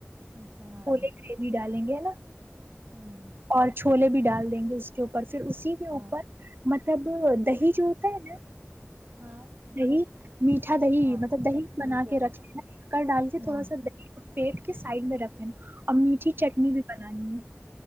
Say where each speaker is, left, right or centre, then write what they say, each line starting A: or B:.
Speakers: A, on the right (about 75°); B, on the right (about 50°).
A: اچھا ہاں
B: پھولے گریوی ڈالیں گے ہے نا
A: ہوں
B: اور چھولے بھی ڈال دیں گے اس کے اوپر پھر اسی کے
A: ہاں
B: اوپر تب دہی جو ہوتا ہے نا
A: ہاں
B: نہیں میٹھا دہی
A: ہاں
B: مطلب دہی بنا
A: میٹھا
B: کے
A: دہی
B: رکھے کر ڈال کے
A: ہاں
B: تھوڑا سا دہی فٹ سائڈ میں رکھیں اور میٹھی چٹنی بھی بنانی ہے